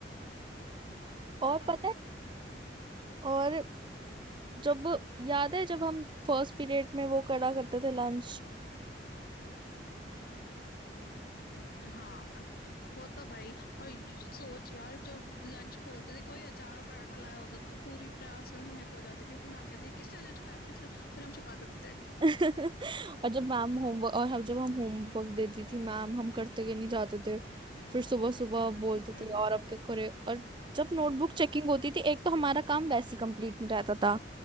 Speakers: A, on the right; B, on the left.
A: और
B: हाँ
A: पता है और जब याद है जब हम फर्स्ट पीरियड में वो करा करते थे लंच
B: हाँ वो तो भाई और सोच यार जब लंच खोलते थे कोई अचार और पराठा लाया होता था, तो पूरी क्लास में महक हो जाती थी फिर मैम कहती थी किसने लंच खाया किसने फिर हम छुपा देते थे
A: <laughs> और जब मैम होमवर्क और हम जब हम होमवर्क देती थी मैम हम करते के नहीं जाते थे फिर सुबह सुबह बोलते
B: हम्म
A: थे और अब क्या करे और जब नोटबुक चेकिंग होती थी एक तो हमारा काम वैसे कंप्लीट नहीं रहता था